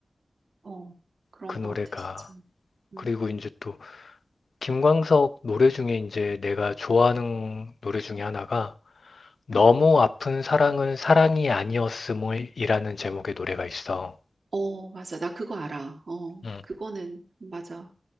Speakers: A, on the right; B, on the left.
A: 어, 그런
B: 그
A: 것
B: 노래가.
A: 같아, 진짜.
B: 그리고
A: 음.
B: 이제 또 김광석 노래 중에 이제 내가 좋아하는 노래 중에 하나가 너무 아픈 사랑은 사랑이 아니었음이라는 제목의 노래가 있어.
A: 어, 맞아. 나 그거 알아. 어,
B: 음.
A: 그거는, 맞아.